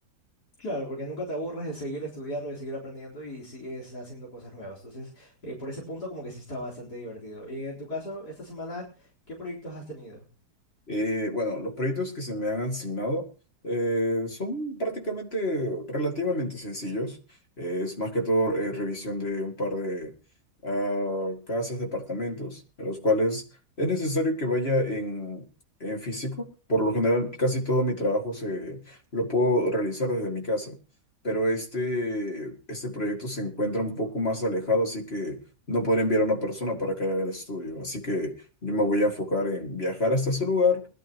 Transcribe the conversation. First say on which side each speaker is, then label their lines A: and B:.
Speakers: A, on the left; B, on the left.
A: Claro, porque nunca te aburres de seguir estudiando, de seguir aprendiendo y sigues haciendo cosas nuevas. Entonces, eh, por ese punto como que sí está bastante divertido. Y en tu caso, esta semana, ¿qué proyectos has tenido?
B: Eh, bueno, los proyectos que se me han asignado eh, son prácticamente relativamente sencillos. Eh, es más que todo eh, revisión de un par de ah, casas, departamentos, en los cuales es necesario que vaya en, en físico. Por lo general, casi todo mi trabajo se, lo puedo realizar desde mi casa, pero este, este proyecto se encuentra un poco más alejado, así que no podré enviar a una persona para que haga el estudio. Así que... Yo me voy a enfocar en viajar hasta ese lugar,